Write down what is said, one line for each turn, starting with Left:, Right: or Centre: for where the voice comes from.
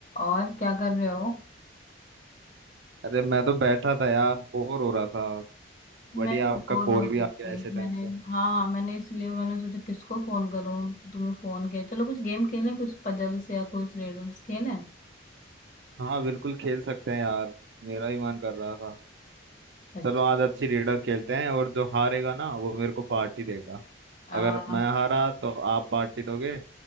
Left: और क्या कर रहे हो
Right: अरे मैं तो बैठा था यार बोर हो रहा था
Left: मैं
Right: बढ़िया
Left: भी बोर
Right: आपका कॉल
Left: हो रही
Right: भी आ
Left: थी
Right: गया ऐसे टाइम
Left: मैंने
Right: पे
Left: हाँ मैंने इसलिए मैंने सोचा किसको फोन करूं तो तुम्हें फोन किया चलो कुछ गेम खेलें कुछ पजल्स या कुछ रिडल्स खेलें
Right: हाँ बिल्कुल खेल सकते हैं यार मेरा भी मन कर रहा था
Left: अच्छा
Right: चलो आज अच्छी रीडर खेलते हैं और जो हारेगा ना वो मेरे को पार्टी देगा
Left: आ,
Right: अगर मैं
Left: <laughs>
Right: हारा तो आप पार्टी दोगे